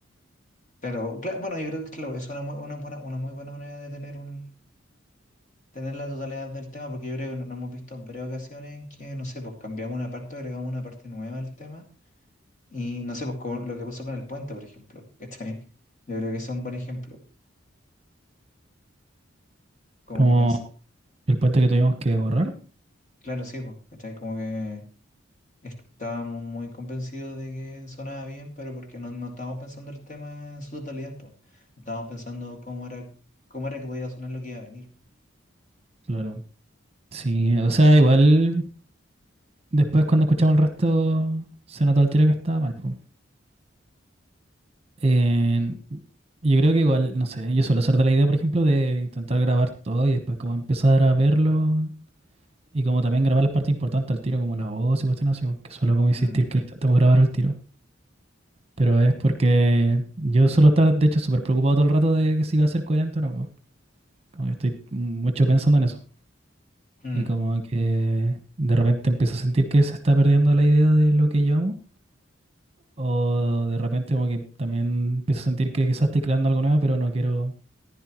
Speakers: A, on the left; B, on the right.
A: Pero cla- bueno, yo creo que claro, es una, mu- una buena, una muy buena manera de tener un tener la totalidad del tema, porque yo creo que no, no hemos visto varias ocasiones en que, no sé, pues cambiamos una parte, agregamos una parte nueva al tema Y no sé, pues como lo que pasó con el puente, por ejemplo, ¿cachai? Yo creo que ese es un buen ejemplo. Como
B: Como
A: que pensé,
B: El puente que tuvimos que borrar,
A: claro, sí, pues, ¿cachai? Como que estábamos muy convencidos de que sonaba bien, pero porque no, no estábamos pensando el tema en su totalidad, pues. No Estábamos pensando cómo era, cómo era que podía sonar lo que iba a venir, po.
B: claro. Sí, o sea, igual después cuando escuchamos el resto se notó al tiro que estaba mal, po. Eh, yo creo que igual, no sé, yo suelo ser de la idea, por ejemplo, de intentar grabar todo y después como empezar a verlo y como también grabar las partes importantes al tiro, como la voz y cuestiones así, que suelo como insistir
A: Mm,
B: que intentamos grabar al tiro. Pero es porque yo suelo estar, de hecho, súper preocupado todo el rato de que si va a ser coherente o no, po. Como que estoy mucho pensando en eso.
A: mm,
B: Y como que de repente empiezo a sentir que se está perdiendo la idea de lo que yo amo. O de repente como que también empiezo a sentir que quizás estoy creando algo nuevo, pero no quiero